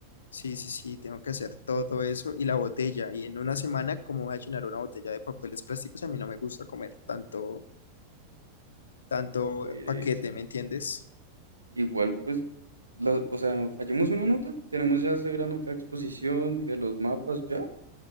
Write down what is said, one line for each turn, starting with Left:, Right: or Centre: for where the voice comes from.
Left: sí, sí, sí, tengo que hacer todo eso y la botella. Y en una semana, ¿cómo voy a llenar una botella de papeles plásticos? A mí no me gusta comer tanto, tanto
Right: Qué pereza.
Left: paquete, ¿me entiendes?
Right: Igual, pues, la- o sea, fallamos una nota, tenemos ya severa nota de exposición de los mapas, ya.